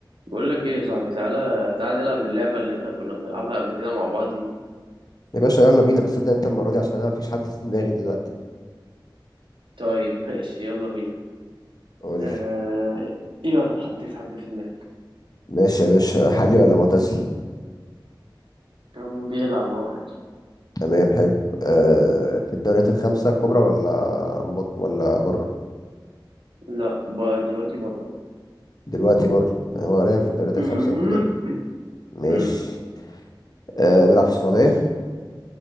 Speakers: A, on the right; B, on the left.
A: بقول لك ايه يا صاحبي تعالى تعالى نلعب اللعبة اللي احنا كنا بنلعبها قبل كده مع بعض دي
B: يا باشا يلا بينا بس ابدأ انت المرة دي عشان انا مفيش حد في دماغي دلوقتي
A: طيب <laughs> ماشي يلا بينا
B: قول
A: آه
B: لي
A: يلا حطيت حد في دماغي
B: ماشي يا باشا حالي ولا معتزل
A: كان بيلعب اه حالي
B: تمام حلو أه في الدوريات الخمسة الكبرى ولا مط- ولا بره
A: لا بقى دلوقتي بره
B: دلوقتي بره يعني هو لعب في الدوريات
A: مهم.
B: الخمسة قبل كده ماشي
A: امم
B: أه بيلعب في السعودية